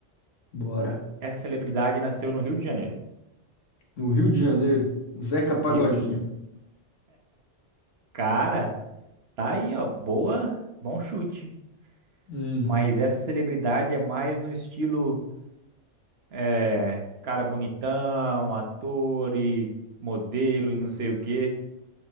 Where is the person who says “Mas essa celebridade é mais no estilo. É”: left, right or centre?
Right